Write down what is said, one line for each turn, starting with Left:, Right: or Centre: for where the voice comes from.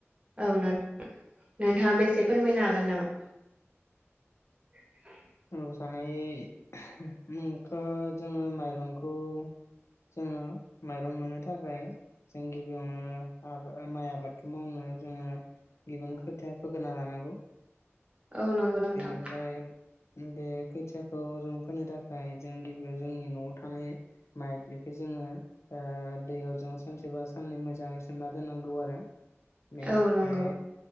Right: औ नोंथां नोंथाङाबो एसे फोरमायनो हागोन नामा? <inaudible>
Left: औ जानाय <unintelligible> माइरंखौ जोङो माइरं मोननो थाखाय जों गिबियावनो आ माइ आबादखौ मावनो जोङो गिबियानो खोथिया फोगोरना लानांगौ
Right: औ नंगौ नोंथां
Left: बेनिफ्राय बे खोथियाखौ जों फोनो थाखाय जों गिबियाव जोंनि न'आव थानाय माइदलिखौ जोङो ओ दैयाव जों सानसेबा साननै मोजाङै सोमना दोननांगौ आरो बेनिफ्राय
Right: औ नंगौ